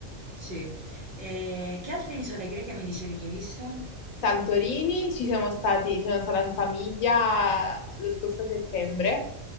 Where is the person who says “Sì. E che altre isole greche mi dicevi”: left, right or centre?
Right